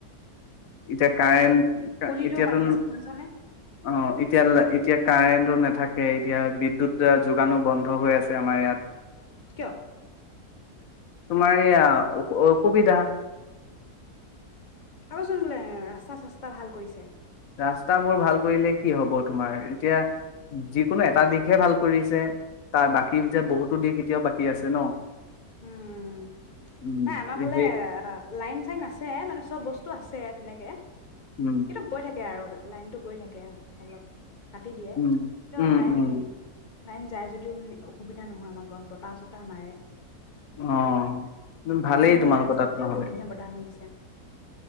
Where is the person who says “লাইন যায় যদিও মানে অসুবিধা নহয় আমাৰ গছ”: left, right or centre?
Left